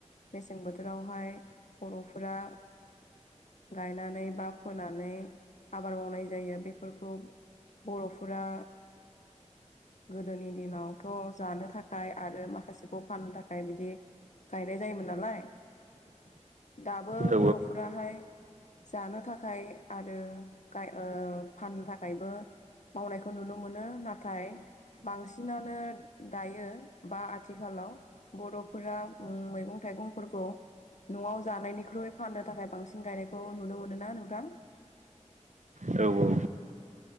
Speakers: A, on the left; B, on the right.
A: मेसें बोथोरावहाय बर'फोरा गायनानै बा फोनानै आबाद मावनाय जायो बेफोरखौ बर'फोरा गोदोनि दिनावथ' जानो थाखाय आरो माखासेखौ फाननो थाखाय आ बिदि गायनाय जायोमोन नालाय दाबो
B: औ
A: बर'फोराहाय जानो थाखाय आरो फाननो थाखायबो मावनायखौ नुनो मोनो नाथाय बांसिनानो दायो बा आथिखालाव बर'फोरा मैगं थाइगंफोरखौ न'आव जानायनिख्रुइ फाननो थाखाय बांसिन गायनायखौ नुनो मोनो ना नोंथां
B: औ औ